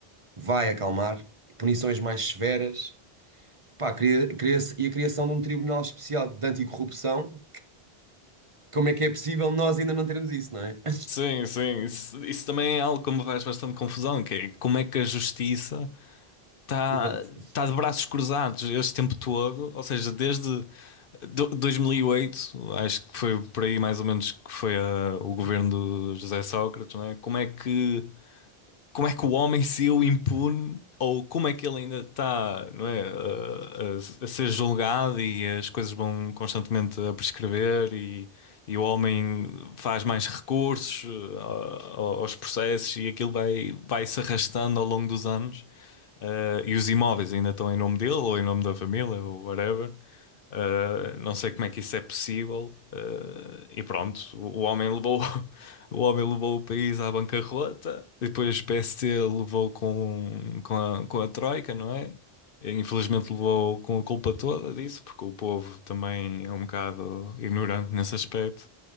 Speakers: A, on the right; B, on the left.
A: vai acalmar, punições mais severas, pá, cria- cria-se- e a criação de um tribunal especial de anticorrupção, como é que é possível nós ainda não termos isso, não é? <laughs>
B: Sim, sim, isso, isso também é algo que me faz bastante confusão, que é como é que a justiça está
A: Exato.
B: tá tá de braços cruzados este tempo todo, ou seja, desde do- 2008 acho que foi por aí mais ou menos que foi a- o governo do José Sócrates, não é? Como é que como é que o homem saiu impune ou como é que ele ainda está, não é, a, a- a ser julgado e as coisas vão constantemente a prescrever e, e o homem faz mais recursos eh, ao- aos processos e aquilo vai, vai se arrastando ao longo dos anos. Eh, e os imóveis ainda estão em nome dele ou em nome da família ou whatever. Eh, não sei como é que isso é possível. Eh, e pronto, o, o homem levou o homem levou o país à bancarrota, depois o PST levou com, com a, com a Troika, não é? E, Infelizmente levou com a culpa toda disso, porque o povo também é um bocado ignorante nesse aspecto.